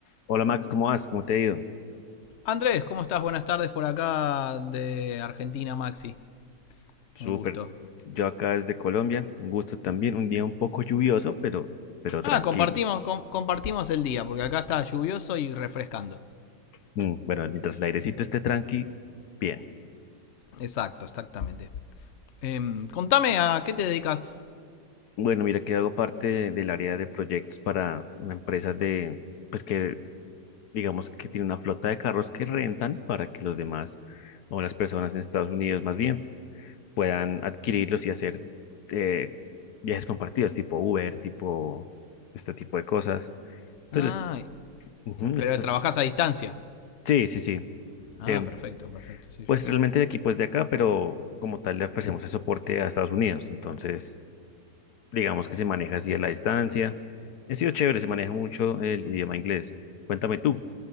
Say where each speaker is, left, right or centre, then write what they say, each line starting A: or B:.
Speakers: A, on the left; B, on the left.
A: Hola Max, ¿cómo vas? ¿Cómo te ha ido?
B: Andrés, ¿cómo estás? Buenas tardes por acá de Argentina, Maxi.
A: Súper.
B: Un gusto.
A: Yo acá desde Colombia, un gusto también, un día un poco lluvioso, pero, pero tranquilo.
B: Ah, compartimos, com- compartimos el día, porque acá está lluvioso y refrescando.
A: Mm, Bueno, mientras el airecito esté tranqui, bien.
B: Exacto, exactamente. Em, contame a qué te dedicas.
A: Bueno, mira que hago parte de- del área de proyectos para una empresa de, pues que digamos que tiene una flota de carros que rentan para que los demás o las personas en Estados Unidos más bien puedan adquirirlos y hacer eh, viajes compartidos, tipo Uber, tipo este tipo de cosas. Entonces,
B: Ah,
A: les, ujú, les-
B: pero
A: pues,
B: trabajás a distancia.
A: Sí, sí, sí.
B: Ah,
A: Em,
B: perfecto, perfecto, sí,
A: pues
B: sí.
A: realmente el equipo es de acá, pero como tal le ofrecemos el soporte a Estados Unidos. Entonces, digamos que se maneja así a la distancia. Ha sido chévere, se maneja mucho el idioma inglés. Cuéntame tú.